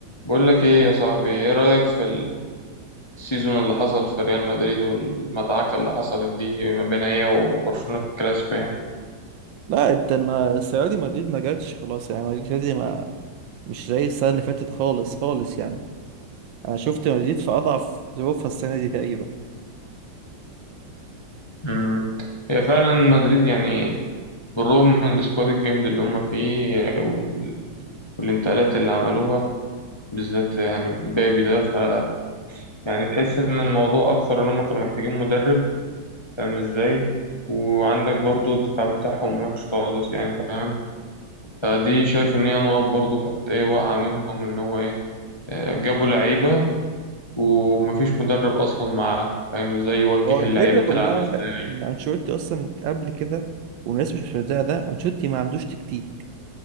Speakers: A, on the left; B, on the right.
A: بقول لك ايه يا صاحبي ايه رأيك في السيزون اللي حصل في ريال مدريد والمدعكة اللي حصلت دي ما بين هي وبرشلونة في الكلاسيكو يعني
B: لا انت النا- السنه دي مدريد ما جاتش خلاص يعني مدريد السنة دي ما مش زي السنه اللي فاتت خالص خالص يعني انا شفت مدريد في اضعف ظروفها السنه دي تقريبا
A: امم هي فعلا مدريد يعني بالرغم من السكواد الجامد اللي هم فيه وال- والانتقالات اللي عملوها بالذات يعني مبابي ده ف يعني تحس ان الموضوع اكثر ان هم كانوا محتاجين مدرب فاهم ازاي وعندك برضو الدفاع بتاعهم وحش خالص يعني فاهم فدي شايف ان هي نقط برضو كانت ايه واقعة منهم ان هو ايه آه، جابوا لعيبة ومفيش مدرب أصلا معاهم فاهم ازاي يوجه
B: هو الفكره
A: اللعيبة تلعب
B: كلها
A: ازاي
B: ان انشيلوتي اصلا قبل كده والناس مش مصدقه ده انشيلوتي ما عندوش تكتيك